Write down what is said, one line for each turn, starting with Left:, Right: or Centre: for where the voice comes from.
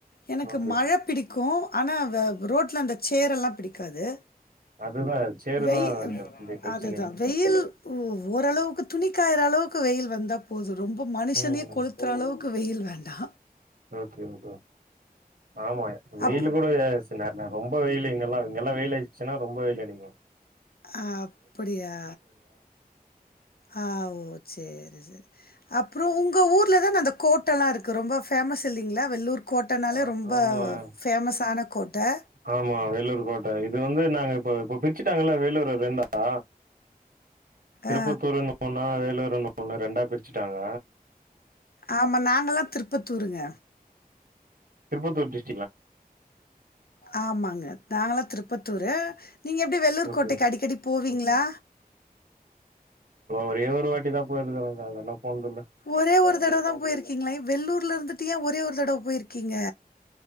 Left: எனக்கு
Right: ஓகே
Left: மழ பிடிக்கு ஆனா வ ரோட்ல அந்த சேறேல்லா பிடிக்காது
Right: அதுதா சேருதா
Left: வெய்
Right: இந்த இந்த பிரச்சனையே
Left: அதுதா வெயில் ஓ ஓரளவுக்கு துணிக்காயற அளவுக் கு வெயில் வந்தா போது ரொம்ப மனுஷனே
Right: ம்
Left: கொளுத்துற அளவுக்கு வெயில் வேண்டா
Right: ஓகே ஓகே ஆமா வெயிலு
Left: அப் ஆமாங்க.
Right: கூட சில நேர ரொம்ப ரொம்ப வெயிலுங்கல்லா இங்கல்லா வெயிலு ஆயிடுச்சுன்னா ரொம்ப வெயிலடிக்கு
Left: அ அப்பிடியா ஆ ஓ சேரி சேரி அப்புறோ உங்க ஊர்ல தான அந்த கோட்டேல்லா இருக்கு ரொம்ப பேமஸ் இல்லைங்ளா வெள்ளூர் கோட்டைனாலே
Right: ஆ
Left: ரொம்ப
Right: ஆமாங்க
Left: ஃபேமஸான கோட்டை.
Right: ஆமா வேலூர் கோட்ட இது வந்து நாங்க இப்ப இப்ப பிரிச்சிட்டாங்கள வேலூர ரெண்டா திருப்பத்தூர்
Left: ஆ.
Right: <inaudible> ஒன் அ வேலூர <inaudible> ஒண்ணு ரெண்டா பிரிச்சுட்டாங்க
Left: ஆமா நாங்கல்லா திருப்பத்தூருங்க
Right: திருபாத்தூர் டிஸ்ட்
Left: ஆமாங்க நாங்களா திருப்பத்தூரு நீங்க எப்பிடி வெள்ளூர்
Right: ஓகே
Left: கோட்டைக்கி அடிக்கடி போவீங்ளா
Right: ஒரே ஒரு வாட்டி தா போயிருகெங்க அதெல்லா போனதல்ல
Left: ஒரே ஒரு தடவ தா போயிருக்கீங்களா ஏ வெள்ளூர்லருந்துட்டு ஏ ஒரே ஒரு தடவ போயிருக்கீங்க